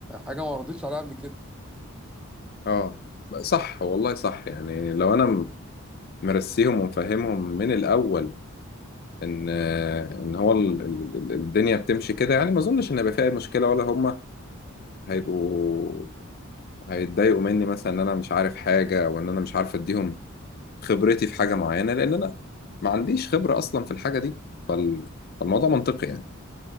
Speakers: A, in the centre; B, on the left.
A: حاجه ما ردتش عليها قبل كده
B: اه صح والله صح يعني لو انا مرسيهم ومفهمهم من الاول ان ان هو ال- ال- ال- الدنيا بتمشي كده يعني ما اظنش ان هيبقى فيها اي مشكله ولا هم هيبقوا هيتضايقوا مني مثلا ان انا مش عارف حاجه او ان انا مش عارف اديهم خبرتي في حاجه معينه لان انا ما عنديش خبره اصلا في الحاجه دي فال... فالموضوع منطقي يعني